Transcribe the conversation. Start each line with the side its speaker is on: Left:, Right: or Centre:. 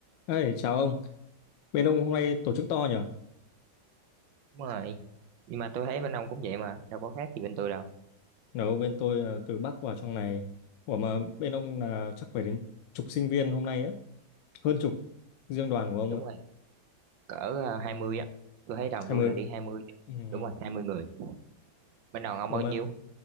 Left: Ê, chào ông. Bên ông hôm nay tổ chức to nhỉ?
Right: Đúng rồi. Nhưng mà tôi thấy bên ông cũng vậy mà, đâu có khác gì bên tôi đâu.
Left: Nếu bên tôi là từ Bắc vào trong này. Ủa mà bên ông là chắc phải đến chục sinh viên hôm nay á. Hơn chục. Riêng đoàn của ông
Right: Đúng
Left: ạ.
Right: rồi, cỡ à, 20 á. Tôi thấy đoàn
Left: 20.
Right: tôi là đi 20 chứ.
Left: Ừ.
Right: Đúng
Left: ừ.
Right: rồi, 20 người. Bên đoàn ông
Left: Ủa
Right: bao
Left: mà
Right: nhiêu?